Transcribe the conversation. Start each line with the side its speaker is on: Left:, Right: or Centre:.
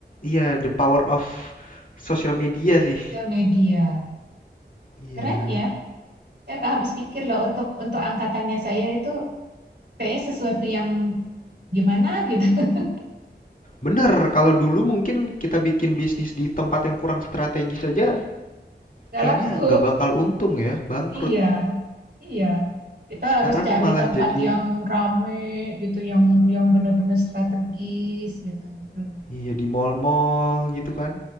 Left: Iya, the power of social media sih.
Right: sosial media.
Left: Iya.
Right: Keren ya. Saya nggak habis pikir loh untuk untuk angkatannya saya itu kayaknya sesuatu yang gimana gitu. <laughs>
Left: Bener, kalau dulu mungkin kita bikin bisnis di tempat yang kurang strategis saja
Right: Nggak
Left: Kayaknya
Right: laku.
Left: nggak bakal untung ya, bangkrut.
Right: Iya, iya. Kita
Left: Sekarang
Right: harus cari
Left: malah
Right: tempat
Left: jadi
Right: yang rame gitu, yang yang benar-benar strategis gitu. Hmm.
Left: iya di mall-mall gitu kan.